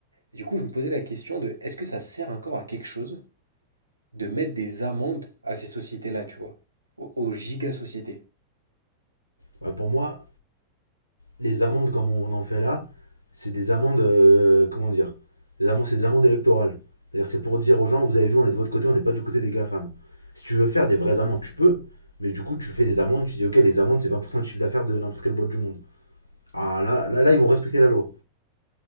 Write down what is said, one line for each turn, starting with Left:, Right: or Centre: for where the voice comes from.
Right: Et du coup, je me posais la question de est-ce que ça sert encore à quelque chose de mettre des amendes à ces sociétés-là, tu vois, aux, aux giga-sociétés?
Left: Bah, pour moi, les amendes comme on en fait là, c'est des amendes, euh, comment dire, des amendes, c'est des amendes électorales. C'est-à-dire c'est pour dire aux gens, vous avez vu, on est de votre côté, on n'est pas du côté des GAFAM. Si tu veux faire des vraies amendes, tu peux, mais du coup tu fais des amendes, tu dis ok, les amendes c'est 20% de chiffre d'affaires de n'importe quelle boîte du monde. Ah là, là, là, ils vont respecter la loi.